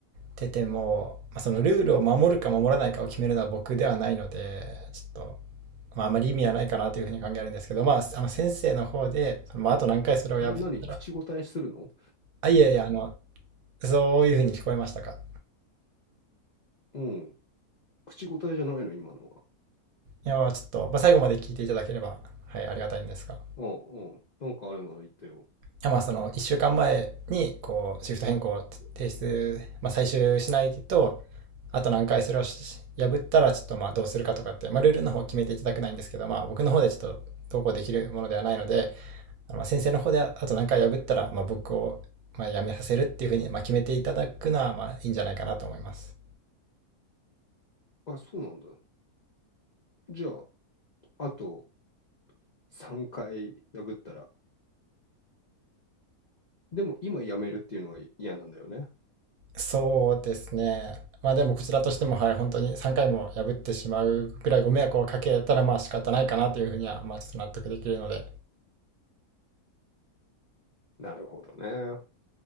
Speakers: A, on the right; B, on the left.
A: てても、まあ、そのルールを守るか守らないかを決めるのは僕ではないので、ちょっと、まあ、あまり意味はないかなというふうに考えるんですけど、まあ、あの先生の方で、まあ、あと何回それを破ったら、
B: あれ、何、口答えするの
A: あ、いやいや、あの、そういうふうに聞こえましたか。
B: うん、口答えじゃないの、今のは。
A: いや、まあちょっと、まあ、最後まで聞いていただければ、はい、ありがたいんですが。
B: うんうん、なんかあるなら言ってよ。
A: やまあその1週間前にこうシフト変更を提出、まあ、最終しないとあと何回それを破ったらちょっとまあどうするかとかって、まあ、ルールの方決めていただくないんですけど、まあ、僕の方でちょっと投稿できるものではないので、まあ、先生の方であと何回破ったらまあ僕をまあ辞めさせるっていうふうにまあ決めていただくのはまあいいんじゃないかなと思います。
B: あ、そうなんだ。じゃあ、あと3回破ったらでも今辞めるっていうのは嫌なんだよね。
A: そうですね。まあでもこちらとしてもはい本当に3回も破ってしまうくらいご迷惑をかけたらまあ仕方ないかなというふうにはまあちょっと納得できるので
B: なるほどね。